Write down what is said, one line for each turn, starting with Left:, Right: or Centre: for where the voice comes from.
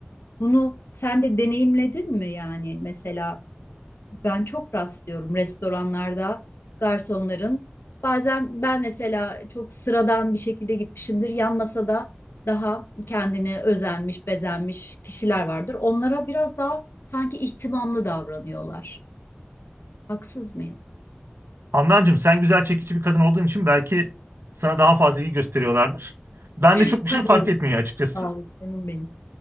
Left: Bunu sen de deneyimledin mi yani mesela ben çok rastlıyorum restoranlarda garsonların bazen ben mesela çok sıradan bir şekilde gitmişimdir yan masada daha kendine özenmiş bezenmiş kişiler vardır. Onlara biraz daha sanki ihtimamlı davranıyorlar. Haksız mıyım?
Right: Handancığım sen güzel çekici bir kadın olduğun için belki sana daha fazla iyi gösteriyorlardır. Ben
Left: <laughs>
Right: de çok bir şey
Left: Hayır.
Right: fark etmiyor açıkçası.
Left: Sağ ol canım benim.